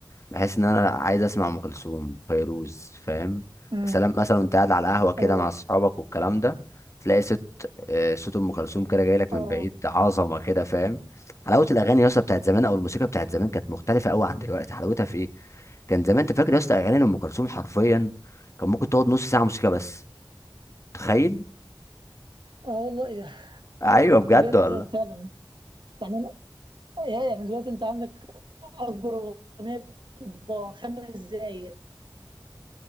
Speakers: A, on the left; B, on the right.
A: بحيث ان انا عايز اسمع ام كلثوم فيروز فاهم
B: امم
A: سلام مثلا وانت قاعد على القهوه كده
B: اه
A: مع اصحابك والكلام ده تلاقي صوت آه، صوت ام كلثوم كده جاي لك
B: اه
A: من بعيد عظمه كده فاهم حلاوه الاغاني يا اسطى بتاعت زمان او الموسيقى بتاعت زمان كانت مختلفه قوي عن دلوقتي حلاوتها في ايه كان زمان انت فاكر يا اسطى اغاني ام كلثوم حرفيا كان ممكن تقعد نص ساعه موسيقى بس تخيل
B: اه والله إيه ده
A: ايوه بجد
B: ده بجد
A: والله
B: فعلا يعني أنا- يعني دلوقتي انت عندك اكبر اغنيه بتبقى خمس دقايق